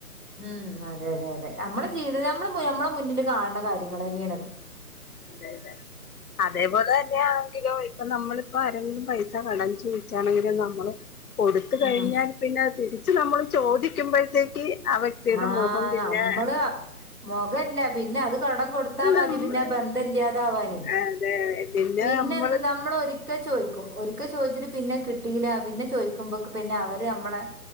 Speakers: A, on the right; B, on the left.
A: ഉം അതെ അതെ അതെ. നമ്മടെ ജീവിതം നമ്മടെ നമ്മടെ മുന്നില് കാണണ കാര്യങ്ങള് തന്നെയാണത്.
B: അതെ അതെ. അതേപോലെ തന്നെയാണെങ്കിലോ ഇപ്പ നമ്മളിപ്പോ ആരെങ്കിലും പൈസ കടം ചോദിച്ചാണെങ്കിലും നമ്മള് കൊടുത്ത് കഴിഞ്ഞാ
A: ഉം
B: പിന്നെ അത് തിരിച്ചു നമ്മള് ചോദിക്കുമ്പോഴത്തേക്ക് വ്യക്തിയുടെ
A: ആ
B: മുഖം പിന്നെ
A: നമ്മള് മൊഖല്ല പിന്നെ അത് കടം കൊടുത്താ മതി.
B: നമ്മള്
A: പിന്നെ ബാൻ ന്താ ഇല്ല്യാതാവാനും
B: അതെ
A: പിന്നെ
B: നമ്മള്
A: എന്ത് നമ്മളൊരി ക്കെ ചോയിക്കും. ഒരിക്കെ ചോദിച്ചിട്ട് പിന്നെ കിട്ടില്ല പിന്നെ ചോയിക്കുമ്പ പിന്നെ അവര് ഞമ്മളെ